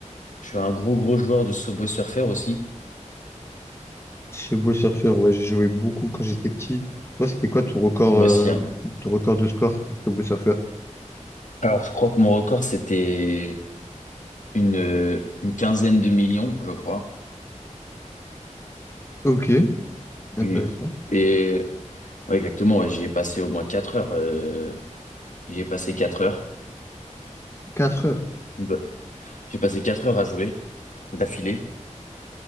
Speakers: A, on the left; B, on the left.
A: je suis un gros gros joueur de Subway Surfer aussi.
B: beau surfeur ouais, j'ai joué beaucoup quand j'étais petit. Toi, c'était quoi ton record,
A: Moi
B: euh,
A: aussi, hein.
B: ton record de score sur beau surfeur
A: Alors, je crois que mon record, c'était une, euh, une quinzaine de millions, je crois.
B: Ok, intéressant.
A: Oui. Et ouais, exactement, ouais, j'y ai passé au moins quatre heures. euh, j'y ai passé quatre heures.
B: quatre heures.
A: Bah, J'ai passé quatre heures à jouer d'affilée.